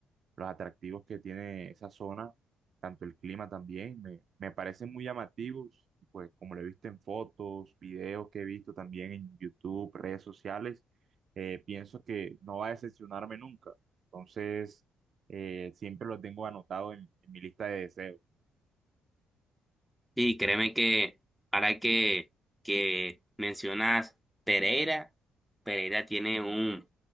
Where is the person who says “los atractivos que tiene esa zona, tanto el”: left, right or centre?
Right